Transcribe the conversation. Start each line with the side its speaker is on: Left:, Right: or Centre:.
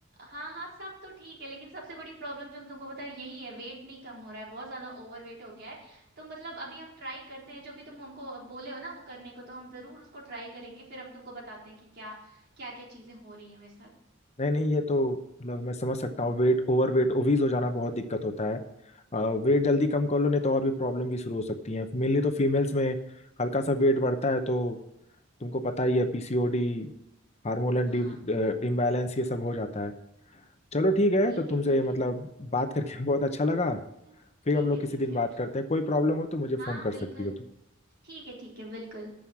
Right: हाँ हाँ सब तो ठीक है लेकिन सबसे बड़ी प्रॉब्लम जो हम तुमको बता रहे हैं, यही है वेट नहीं कम हो रहा है बहुत ज्यादा ओवर वेट हो गया है तो मतलब अभी हम ट्राई करते हैं जो भी तुम हमको बोले हो ना वो करने को तो हम जरूर उसको ट्राई करेंगे फिर हम तुमको बताते हैं कि क्या क्या क्या चीजें हो रही हैं मेरे साथ
Left: नहीं नहीं ये तो मतलब मैं समझ सकता हूँ वेट ओवर वेट ओवीज हो जाना बहुत दिक्कत होता है वेट जल्दी
Right: हाँ
Left: कम कर लो नहीं तो और भी प्रॉब्लम भी शुरू हो सकती है मेनली तो फीमेल्स में हल्का सा वेट बढ़ता है तो तुमको पता ही है पीसीओडी हार्मोनल
Right: हाँ
Left: इम्बैलेंस ये सब हो जाता है चलो ठीक है
Right: ठीक
Left: तो तुमसे
Right: है ठीक
Left: मतलब
Right: है
Left: बात करके <laughs> बहुत अच्छा लगा
Right: <laughs> ठीक
Left: फिर हम लोग
Right: है
Left: किसी
Right: ठीक
Left: दिन
Right: है
Left: बात करते हैं कोई प्रॉब्लम हो तो मुझे
Right: हाँ
Left: फोन
Right: बिल्कुल
Left: कर सकती हो
Right: ठीक है ठीक है बिल्कुल